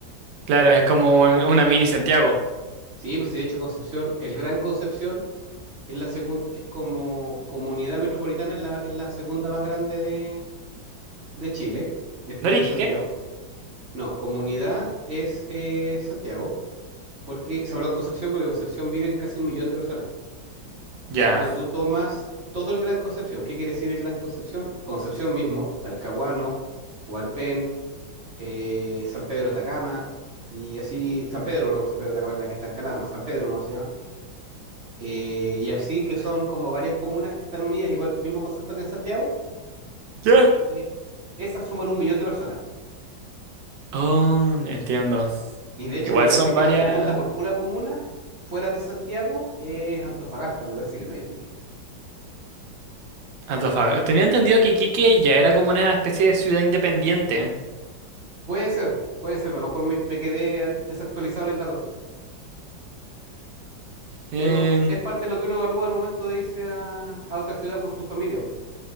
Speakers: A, on the right (about 75°); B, on the right (about 45°).
A: Claro, es como un- una mini Santiago.
B: Sí, pues sí, de hecho Concepción, el Gran Concepción es la segunda, es como comunidad metropolitana, es la, es la segunda más grande de, de Chile, después
A: ¿Noriki,
B: de Santiago.
A: qué?
B: No, comunidad es eh, Santiago, porque, o sea, perdón, Concepción, porque en Concepción viven casi un millón de personas.
A: Ya.
B: cuando tú tomas todo el Gran Concepción. ¿Qué quiere decir el Gran Concepción? Concepción mismo, Talcahuano, Hualpén, eh, San Pedro de Atacama, y así, San Pedro, perdón, San Pedro de Atacama es la que está en Calama, San Pedro no se llama. Eh, y así que son como varias comunas que están unidas, igual que el mismo concepto que en Santiago,
A: ¿Ya?
B: eh, esas suman un millón de personas.
A: Oh, entiendo.
B: Y de hecho
A: Igual
B: me parece
A: son
B: que
A: varias.
B: la segunda por pura comuna, fuera de Santiago, es Antofagasta, me parece que no es Iquique.
A: Antofagasta. Tenía entendido que Iquique ya era como una especie de ciudad independiente.
B: Puede ser, puede ser, a lo mejor me, me quedé desactualizado en el dato.
A: Em,
B: pero es parte de lo que uno evalúa al momento de irse a, a otra ciudad con su familia,